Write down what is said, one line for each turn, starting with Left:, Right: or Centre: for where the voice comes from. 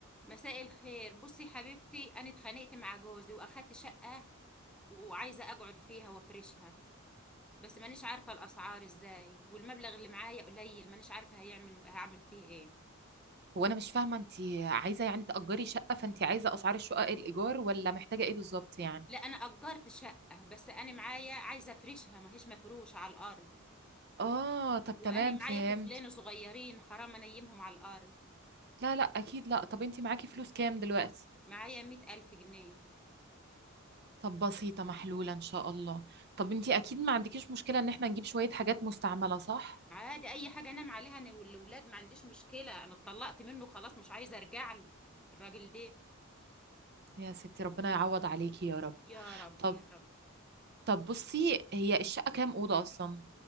Centre: مساء الخير بصي حبيبتي انا اتخانقت مع جوزي واخدت شقة وعايزة اقعد فيها وافرشها بس مانيش عارفة الاسعار ازاي والمبلغ اللي معايا قليل مانيش عارفة هيعمل هعمل فيه ايه
Right: هو انا مش فاهمه انت عايزه يعني تأجري شقه فانت عايزه اسعار الشقق الايجار ولا محتاجه ايه بالظبط يعني
Centre: لا انا اجرت شقة بس انا معايا عايزة افرشها ما هيش مفروشة على الارض
Right: اه طب
Centre: وانا
Right: تمام
Centre: <laughs>
Right: فهمت
Centre: معايا طفلين صغيرين حرام انيمهم على الارض
Right: لا لا اكيد لا طب انت معاكي فلوس كام دلوقتي
Centre: معايا مية الف جنيه
Right: طب بسيطه محلوله ان شاء الله طب انت اكيد ما عندكيش مشكله ان احنا نجيب شويه حاجات مستعمله صح
Centre: عادي اي حاجة انام عليها انا والولاد ما عنديش مشكلة انا اتطلقت منه خلاص مش عايزة ارجع له الراجل ده
Right: يا ستي ربنا يعوض عليكي يا رب
Centre: يا رب
Right: طب
Centre: يا رب
Right: طب بصي هي الشقه كام اوضه اصلا